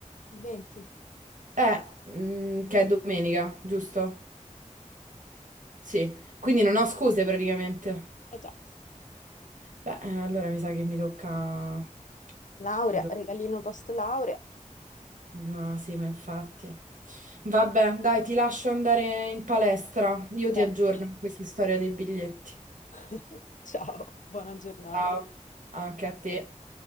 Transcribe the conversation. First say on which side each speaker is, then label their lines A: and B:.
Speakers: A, on the left; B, on the right.
A: il 20.
B: Eh, mm, che è domenica, giusto? Sì, quindi non ho scuse praticamente.
A: Eh già.
B: Beh, eh, allora mi sa che mi tocca...
A: Laurea,
B: Mi tocca...
A: regalino post laurea.
B: No, sì, ma infatti. Vabbè, dai, ti lascio andare in palestra. Io ti
A: Pensaci.
B: aggiorno con questa storia dei biglietti.
A: <laughs> Ciao, buona giornata.
B: Ciao, anche a te.